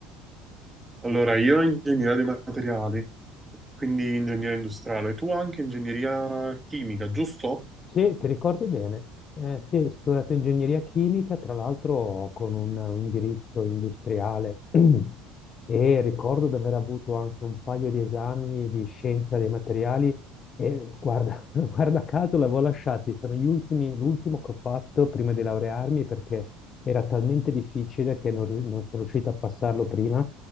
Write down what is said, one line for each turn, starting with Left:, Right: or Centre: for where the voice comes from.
Right: Allora, io ingegneria dei materiali, quindi ingegneria industriale, tu anche ingegneria chimica, giusto?
Left: Sì, ti ricordi bene? Eh, sì, ho studiato ingegneria chimica, tra l'altro con un, un indirizzo industriale <clears throat> e ricordo di aver avuto anche un paio di esami di scienza dei materiali e guarda, <laughs> Guarda caso l'avevo lasciati, sono gli ultimi, l'ultimo che ho fatto prima di laurearmi perché era talmente difficile che non, ri- non sono riuscito a passarlo prima